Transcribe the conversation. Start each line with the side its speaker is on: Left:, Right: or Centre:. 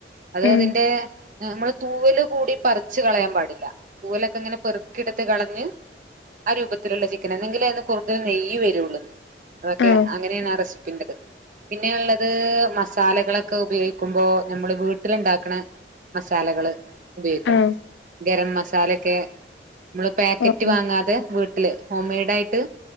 Right: അത്
Left: ഉം
Right: അതിന്റെ നമ്മള് തൂവല് കൂടി പറിച്ച് കളയാൻ പാടില്ല തൂവലൊക്കെ ഇങ്ങനെ പെറുക്കിട്ത്ത് കളഞ്ഞ് ആഹ് രൂപത്തിലുള്ള ചിക്കന എന്നെങ്കിലെ അയിന് കൂടുതൽ നെയ്യ് വരുള്ളൂന്ന് അതൊക്കെ
Left: ആഹ്
Right: അങ്ങനെണ് ആഹ് റെസിപ്പിന്റെത് പിന്നെള്ളത് മസാലകളൊക്കെ ഉപെയ്ക്കുമ്പോ നമ്മള് വീട്ടിലുണ്ടാക്ക്ണത് മസാലകള് ഉപയോയ്ക്കണം
Left: ആഹ്
Right: ഗരം മസാലിയൊക്കെ നമ്മള് പാക്കറ്റ്
Left: ആഹ്
Right: വാങ്ങാതെ വീട്ട് വീട്ടില് ഹോം മെയ്ഡ് ആയ്ട്ട്